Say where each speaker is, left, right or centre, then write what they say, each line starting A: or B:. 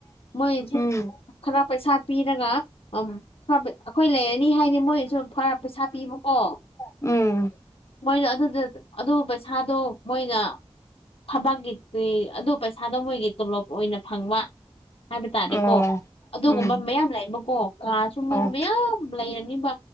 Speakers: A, on the left; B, on the left.
A: ꯃꯣꯏꯁꯨ
B: ꯎꯝ
A: ꯈꯔ ꯄꯩꯁꯥ ꯄꯤꯔꯒ ꯑꯩꯈꯣꯏ ꯂꯩꯔꯅꯤ ꯍꯥꯏꯅꯤ ꯃꯣꯏꯁꯨ ꯈꯔ ꯄꯩꯁꯥ ꯄꯤꯕꯀꯣ
B: ꯎꯝ
A: ꯃꯣꯏꯅ ꯑꯗꯨꯗ ꯑꯗꯨ ꯄꯩꯁꯥꯗꯣ ꯃꯣꯏꯅ ꯊꯕꯛꯀꯤ ꯑꯗꯨ ꯄꯩꯁꯥꯗꯣ ꯃꯣꯏꯒꯤ ꯇꯣꯂꯣꯞ ꯑꯣꯏꯅ ꯐꯪꯕ ꯍꯥꯏꯕ ꯇꯥꯔꯦꯀꯣ
B: ꯑꯣ
A: ꯑꯗꯨꯒꯨꯝꯕ
B: ꯎꯝ
A: ꯃꯌꯥꯝ ꯂꯩꯕꯀꯣ ꯀꯥ ꯁꯨ ꯃꯣꯏ
B: ꯑꯣ
A: ꯃꯌꯥꯝ ꯂꯩꯔꯅꯤꯕ